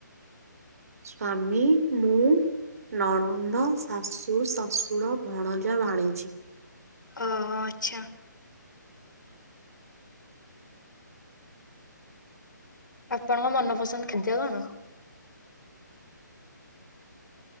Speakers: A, on the right; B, on the left.
A: ସ୍ଵାମୀ ମୁଁ ନଣନ୍ଦ, ଶାଶୁ, ଶଶୁୁର, ଭଣଜା, ଭାଣିଜୀ।
B: ଓ ହୋ ଆଚ୍ଛା। ଆପଣଙ୍କ ମନପସନ୍ଦ ଖାଦ୍ୟ କଣ?